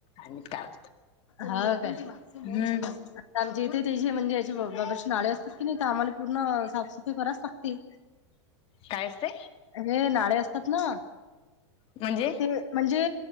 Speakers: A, on the left; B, on the left.
A: आणि काय
B: होव काय.
A: हम्म
B: जेथे तेे म्हणजे याची बाबरची नाळे असतात की ते आम्हाला पूर्ण साफसफाई
A: काय असते
B: हे नाळे असतात ना
A: म्हणजे
B: ते म्हणजे